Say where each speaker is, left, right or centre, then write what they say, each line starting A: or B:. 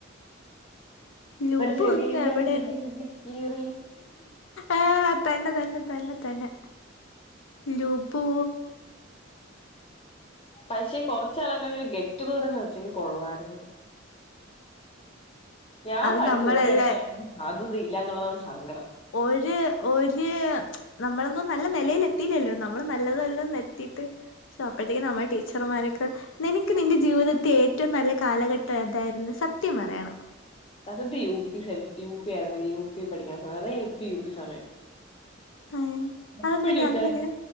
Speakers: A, on the left (about 70°); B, on the left (about 30°).
A: ലുബു
B: ചെവിയല്ലേ
A: ക്കെ എവിടെ
B: അന്നിരിക്കുമ്പഴത്തേക്ക് കീറി
A: ആ തന്നെ തന്നെ തന്നെ. ന്ന തന്നെ. ലൂബൂ
B: പക്ഷേ കുറച്ചാളൊക്കെ ഒരു ഗെറ്റുഗതോറൊക്കെ വെച്ചെങ്കി കൊള്ളായിരുന്നു. ഞാൻ
A: അത്
B: പഠിച്ച
A: നമ്മളല്ലേ
B: ഓരിടത്തും സാധ്യത ഇല്ല എന്നുള്ളതാണ് സങ്കടം.
A: ഒര് ഒര് നമ്മളൊന്നും നല്ല നിലൽ എത്തില്ലല്ലോ നമ്മൾ നല്ലതല്ലാം എത്തി. ട്ട്. നോക്കേടി ടീച്ചർമാരൊക്കെ നിനക്ക് നിന്റെ ജീവിതത്തെ ഏറ്റവും നല്ല കാലഘട്ടം ഏതായിരുന്നു? സത്യം പറയണം.
B: സത്യ യു പി ആരുന്ന യു പി പഠിക്കണ സമയത്ത് അതായ എൽ പി യു പി സമയം.
A: ഏ
B: എപ്പോ
A: അതെന്തടി
B: ചോദിച്ചാെ
A: അങ്ങനെ